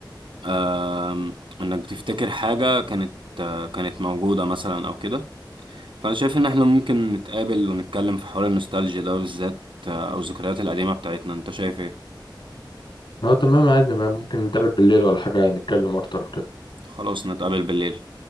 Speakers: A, on the right; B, on the left.
A: آم، انك بتفتكر حاجه كانت آه، كانت موجوده مثلا او كده فانا شايف ان احنا ممكن نتقابل ونتكلم في حوار النوستالجيا ده بالذات آه، او الذكريات القديمه بتاعتنا انت شايف ايه
B: اه تمام عادي بقى ممكن نتقابل بالليل ولا حاجة نتكلم أكتر وكده
A: خلاص نتقابل بالليل